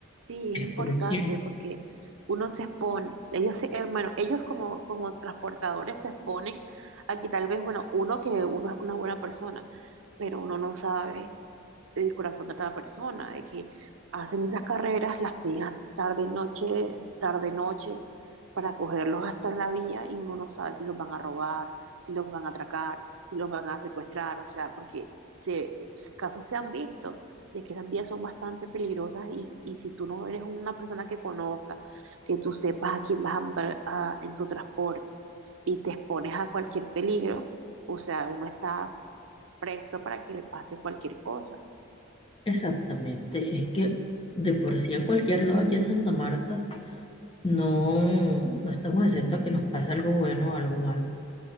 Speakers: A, on the right; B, on the left.
A: Sí,
B: es
A: es importante
B: por conocida.
A: porque uno se expone. Ellos se, eh, bueno, ellos como, como transportadores se exponen a que tal vez, bueno, uno que uno es una buena persona, pero uno no sabe. el corazón de cada persona, de que hacen esas carreras, las pegan tarde, noche, tarde, noche, para cogerlos hasta la vía y uno no sabe si los van a robar, si los van a atracar, si los van a secuestrar, o sea, porque se, se- casos se han visto de que esas vías son bastante peligrosas y, y si tú no eres una persona que conozca, que tú sepas a quién vas a montar a- en tu transporte y te expones a cualquier peligro, o sea, uno está presto para que le pase cualquier cosa.
B: Exactamente, es que de por sí en cualquier lado aquí en Santa Marta no, no estamos exentos a que nos pase algo bueno o algo malo.